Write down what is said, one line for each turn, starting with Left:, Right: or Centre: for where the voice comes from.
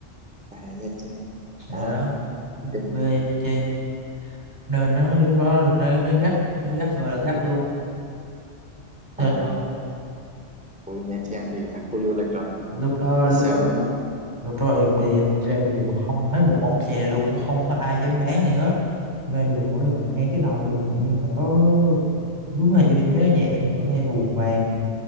Centre: à Nha Trang
Right: là
Centre: đó
Right: đó
Centre: ok.
Right: quê em Nha Trang nên nó lúc đó nó, nó gắt nó gắt rồi là gắt luôn Cho
Centre: à,
Right: nên là
Centre: ui Nha Trang thì là khu du lịch rồi
Right: lúc đó
Centre: và
Right: lúc
Centre: sao
Right: đó
Centre: nó không đó
Right: Rồi bro em đi em ra đường mà không thấy một bóng xe luôn cũng không có ai dám bán gì hết ra đường mỗi lần ngay cái đầu đường nhà em là có đúng hình như em nhớ nhà em ở ngay vùng vàng